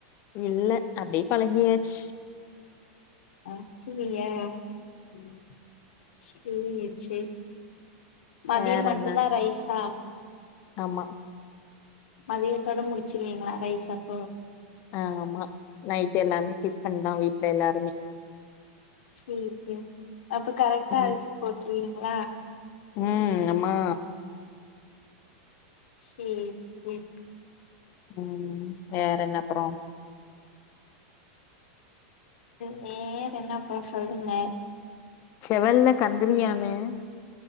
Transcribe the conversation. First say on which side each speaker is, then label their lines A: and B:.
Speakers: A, on the left; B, on the left.
A: இல்ல அப்டீயே பழகியாச்சு
B: அப்புடியா ம் சேர் சேரி மத்தியோ
A: வேற
B: மட்டுதா
A: என்ன
B: ரைசா
A: ஆமா
B: மத்தியத்தோட முடுச்சுருவீங்ளா ரைஸ் அப்போ
A: ஆமா நைட்டு எல்லாமே டிஃபன் தா வீட்ல எல்லாருமே
B: சேர் சேரி அப்ப கரெக்டா
A: ம்
B: அரிசி போட்துருவீங்ளா
A: ம் ஆமா
B: சேர் சேரி
A: ம் வேற என்ன அப்புறோ
B: வேற என்ன அப்றோ சொல்லுங்க
A: செவல்ல கந்திரியாமே